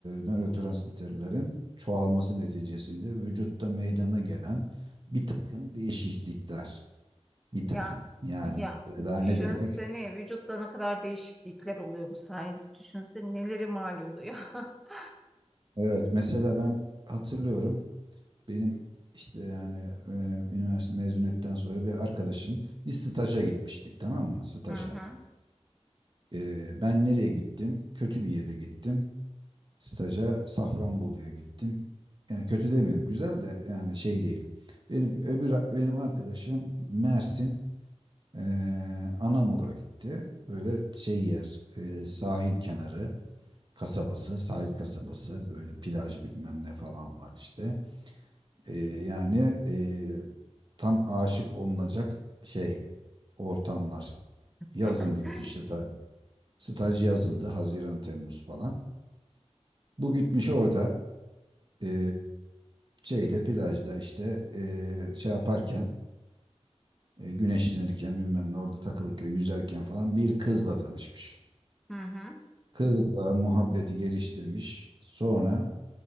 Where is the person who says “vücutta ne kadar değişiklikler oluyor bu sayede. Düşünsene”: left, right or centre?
Centre